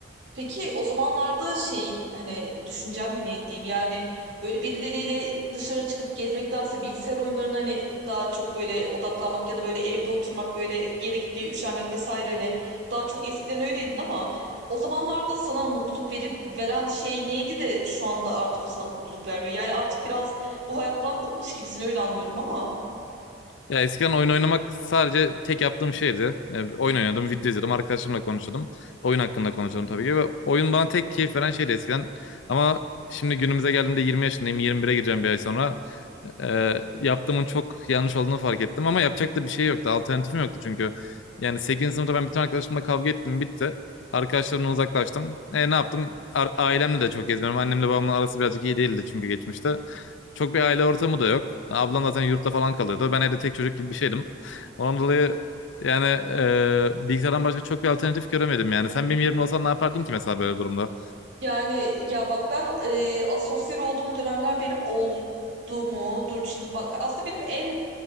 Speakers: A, on the right; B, on the left.
A: Peki o zamanlarda şeyin hani düşüncem bir ne diyeyim yani böyle birileriyle dışarı çıkıp gezmektense bilgisayar oyunlarına hani daha çok böyle odaklanmak ya da böyle evde oturmak böyle bir yere gitmeye üşenmek vesaire hani daha çok eskiden öyleydin ama o zamanlarda sana mutluluk verip veren şey neydi de şu anda artık o sana mutluluk vermiyor. Yani artık biraz bu hayattan bıkmış gibisin öyle anlıyorum ama.
B: Ya eskiden oyun oynamak sadece tek yaptığım şeydi. E, oyun oynadım, video izledim, arkadaşlarımla konuşuyordum. Oyun hakkında konuşuyordum tabii ki. Ve oyun bana tek keyif veren şeydi eskiden. Ama şimdi günümüze geldiğimde 20 yaşındayım, 21'e gireceğim bir ay sonra. E, yaptığımın çok yanlış olduğunu fark ettim. Ama yapacak da bir şey yoktu, alternatifim yoktu çünkü. Yani sekizinci sınıfta ben bütün arkadaşlarımla kavga ettim, bitti. Arkadaşlarımdan uzaklaştım. E, ne yaptım? A- ailemle de çok gezmiyorum. Annemle babamla arası birazcık iyi değildi çünkü geçmişte. Çok bir aile ortamı da yok. Ablam zaten yurtta falan kalıyordu. Ben evde tek çocuk gibi bir şeydim. Ondan dolayı yani e, bilgisayardan başka çok bir alternatif göremedim yani. Sen benim yerimde olsan ne yapardın ki mesela böyle bir durumda?
A: Yani ya bak ben e, asosyal olduğum dönemler benim oldu mu? Dur şimdi bak aslında benim en